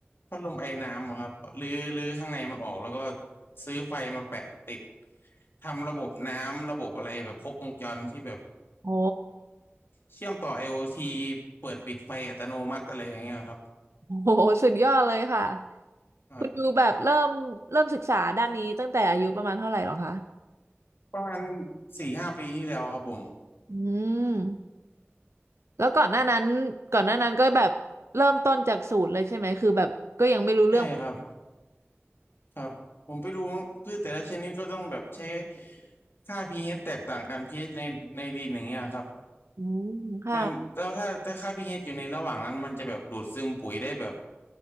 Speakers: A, on the left; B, on the right.
A: พัดลมไอน้ำอะครับรื้อรื้อข้างในมันออกแล้วก็ซื้อไฟมาแปะติดทำระบบน้ำระบบอะไรแบบครบวงจรที่แบบ
B: โอ้
A: เชื่อมต่อ IoT เปิดปิดไฟอัตโนมัติอะไรอย่างเงี้ยครับ
B: โหสุดยอดเลยค่ะ
A: ครับ
B: คุณยูแบบเริ่มเริ่มศึกษาด้านนี้ตั้งแต่อายุประมาณเท่าไหร่หรอคะ
A: ประมาณสี่ห้าปีที่แล้วครับผม
B: อืม แล้วก่อนหน้านั้นก่อนหน้านั้นก็แบบเริ่มต้นจากศูนย์เลยใช่ไหม คือแบบก็ยังไม่รู้เรื่อง
A: ใช่ครับ ครับผมไปดูพืชแต่ละชนิดก็ต้องแบบใช้ค่า pH แตกต่างกัน pH ในในดินอย่างเงี้ยครับ
B: อืม ค่ะ
A: มันแล้วถ้าถ้าค่า pH อยู่ในระหว่างนั้นมันจะแบบดูดซึมปุ๋ยได้แบบ